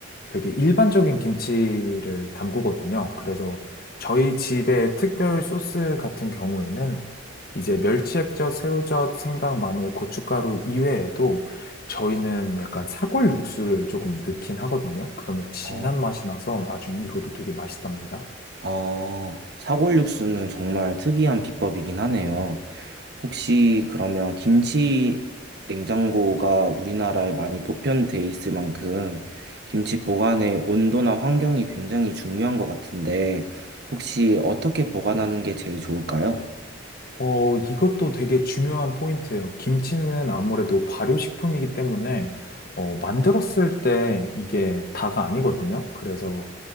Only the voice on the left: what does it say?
되게 일반적인 김치를 담그거든요. 그래서 저희 집의 특별 소스 같은 경우에는 이제 멸치액젓, 새우젓, 생강, 마늘, 고춧가루 이외에도 저희는 약간 사골 육수를 조금 넣긴 하거든요. 그러면 진한
맛이 나서 나중에 이것도 되게 맛있답니다.
어, 이것도 되게 중요한 포인트예요. 김치는 아무래도 발효식품이기 때문에 어, 만들었을 때 이게 다가 아니거든요. 그래서